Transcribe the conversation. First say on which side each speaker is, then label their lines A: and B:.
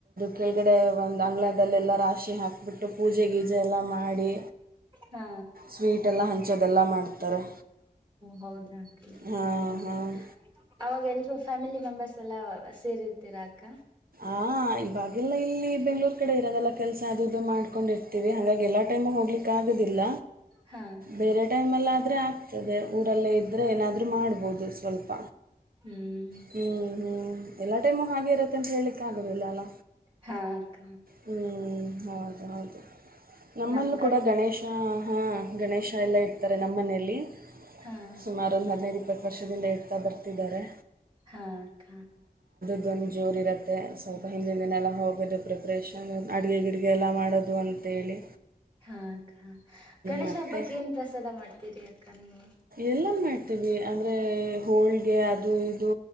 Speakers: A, on the right (about 65°); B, on the right (about 30°).
A: ಕೆಳಗಡೆ ಒಂದು ಆಂಗ್ಲ ಅದಲ್ಲೆಲ್ಲ ರಾಶಿ ಹಾಕಿಬಿಟ್ಟು ಪೂಜೆ ಗೀಜೆ ಎಲ್ಲ ಮಾಡಿ
B: ಹಾ
A: ಸ್ವೀಟೆಲ್ಲ ಹಂಚೋದೆಲ್ಲ ಮಾಡ್ತಾರೆ
B: ಹೌದ ಅಕ್ಕ
A: ಹಾಂ
B: ಹ್ಮ್
A: ಹಾಂ
B: ಅವಾಗ ಎಲ್ಲ ಫ್ಯಾಮಿಲಿ ಮೆಂಬರ್ಸ್ ಎಲ್ಲಾ ಸೇರಿರ್ತೀರಾ ಅಕ್ಕ
A: ಆ ಇವಾಗೆಲ್ಲ ಇಲ್ಲಿ ಬೆಂಗ್ಳೂರು ಕಡೆ ಇರೋದಲ್ಲ ಕೆಲಸ ಅದು ಇದು ಮಾಡ್ಕೊಂಡಿರ್ತೀವಿ ಹಾಗಾಗಿ ಎಲ್ಲ ಟೈಮ್ ಹೋಗ್ಲಿಕ್ಕೆ ಆಗೋದಿಲ್ಲ
B: ಹಾ ಅಕ್ಕ
A: ಬೇರೆ ಟೈಮಲ್ಲಿ ಆದ್ರರೆ ಆ ಮತ್ತದೇ ಊರಲ್ಲೇ ಇದ್ದರೆ ಏನಾದರೂ ಮಾಡ್ಬೋದು ಸ್ವಲ್ಪ
B: ಹ್ಮ್
A: ಹ್ಮ್ ಹ್ಮ್ ಎಲ್ಲ ಟೈಮು ಹಾಗೆ ಇರುತ್ತೆ ಅಂತ ಹೇಳಲಿಕ್ಕ ಆಗೋದಿಲ್ಲ ಅಲ್ಲ
B: ಹಾ ಅಕ್ಕ
A: ಹ್ಞೂ ಹೌದು ಹೌದು ನಮ್ಮಲ್ಲೂ
B: ನಮ್ ಕಡೆ
A: ಕೂಡ ಗಣೇಶ
B: ಮಾತ್ರ
A: ಹ ಗಣೇಶ ಎಲ್ಲ ಇಟ್ಟು ನಮ್ಮ ಮನೆಯಲ್ಲಿ
B: ಹಾ
A: ಸುಮಾರು ಒಂದು ಹಾದಿನೈದು ಇಪತ್ತು ಇಪ್ಪತ್ತು ವರ್ಷದಿಂದ ಇಡ್ತಾ ಬರ್ತಿದ್ದಾರೆ
B: ಹಾ ಅಕ್ಕ
A: ಅದೊಂದು ಜೋರುರುತ್ತೆ ಸ್ವಲ್ಪ ಹಿಂದಿನಿಂದಿನೆಲ್ಲ ಹೋಗೋದು ಪ್ರಿಪ್ರೇಷನ್ ಅಡುಗೆ ಗಿಡಗೆ ಎಲ್ಲ ಮಾಡೋದು ಅಂಂತೇಳಿ
B: ಹಾ ಅಕ್ಕ ಗಣೇಶ
A: ಮತ್ತು
B: ಹಬ್ಬಕ್ಕೆ ಏನ್ ಪ್ರಸಾದ ಮಾಡ್ತೀರಿ ಅಕ್ಕ ನೀವು
A: ಎಲ್ಲ ಮಾಡ್ತೀವಿ ಅಂದ್ರೆ ಹೋಳಿಗೆ ಅ ಅದು ಇದು